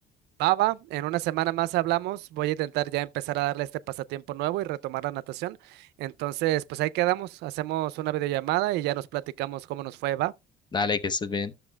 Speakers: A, on the right (about 80°); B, on the left (about 25°).
A: Va, va, en una semana más hablamos. Voy a intentar ya empezar a darle este pasatiempo nuevo y retomar la natación. Entonces, pues ahí quedamos. Hacemos una videollamada y ya nos platicamos cómo nos fue, va.
B: Dale, que estés bien.